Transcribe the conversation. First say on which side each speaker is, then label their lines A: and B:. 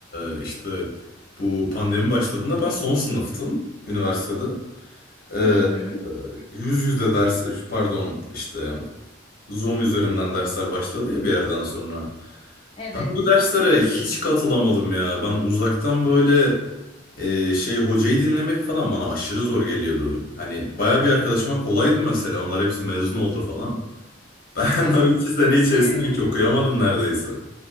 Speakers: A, on the left (about 50°); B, on the left (about 30°).
A: eee, işte bu pandemi başladığında ben son sınıftım üniversitede. Eee,
B: Hı hı.
A: yüz yüze ders pardon işte Zoom üzerinden dersler başladı ya bir yerden sonra.
B: Evet.
A: Ben bu derslere hiç katılamadım ya. Ben uzaktan böyle eee, şey hocayı dinlemek falan bana aşırı zor geliyordu. Hani baya bir arkadaşıma kolaydı mesela. Onlar hepsi mezun oldu falan. <laughs> Ben
B: Evet.
A: o iki sene içerisinde
B: <laughs>
A: hiç okuyamadım neredeyse.